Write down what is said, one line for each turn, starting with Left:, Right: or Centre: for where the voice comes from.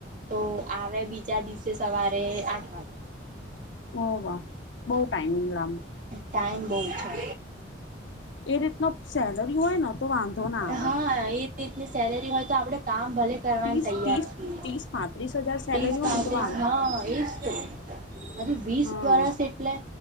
Right: તો આવે બીજા દિવસે સવારે આઠ વાગે.
Left: ઓ વાહ બહુ ટાઈમિંગ લ.
Right: ટાઈમ બહ છે.
Left: એરેતના સેલરી હોય ને તો વાંધો ના આવે
Right: હા એ રીતની સેલેરી હોય તો આપડે કામ ભલે કરવાનું
Left: ત્રીસ
Right: તૈયાર
Left: ત્રીસ
Right: છીએ
Left: ત્રીસ પાંત્રીસ હજાર સેલરી
Right: એજ સાથે
Left: હોય ને તો
Right: જ
Left: વાંધો
Right: હા એજ હજી વીસ
Left: હમ
Right: વર્ષ એટલે